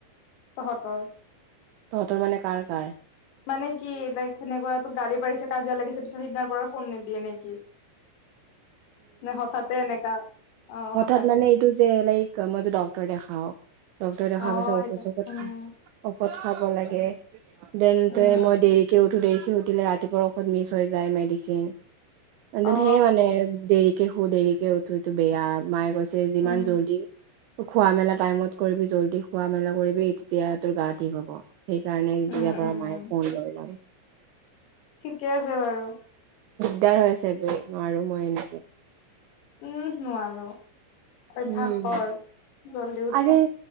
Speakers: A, on the left; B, on the right.
A: তহঁতৰ?
B: তহঁতৰ মানে কাৰ-কাৰ।
A: মানে কি লাইক সেনেকুৱা তোক গালি পাৰিছে কাজিয়া লাগিছে পিছত সিদিনাৰ পৰা ফোন নিদিয়ে নেকি। ন হঠাতে এনেকা। অ
B: হঠাৎ
A: হঠাতে
B: মানে এইটো যে লাইক মত ডক্টৰ দেখাওঁ ডটৰ দেখাব
A: অ
B: পাই যা অঔুযোগত
A: সেইটো উম
B: ঔষধ খাব লাগে। দেন
A: উম
B: ত মই দেৰিকে উঠো দেৰিক উঠিলে ৰাতিপুৱা ঔষধ মিছ হৈ যায় মেডিচিন। <inaudible>
A: অ
B: সেয়ে মানে দে। কে শু দেৰিকে উঠো এইটো বেয়া। মায়ে কৈছে। যিমান
A: উম
B: জল্দি। খোৱা মেলা টাইমত কৰিবি, জলদি খোৱা মেলা কৰিবি, তেতিয়া তোৰ গা ঠিক হ'ব। সেইকাৰণে তেতিয়াৰ
A: উম
B: পৰা
A: উম
B: মায়ে ফোন কৰি লয়।
A: ঠিকে আছে বাৰু।
B: দিগদাৰ হৈ আছে নোৱাৰো মই এনেকে।
A: উম নোৱাৰ অভ্যাস
B: উম
A: কৰ। জলদি উঠা।
B: আৰে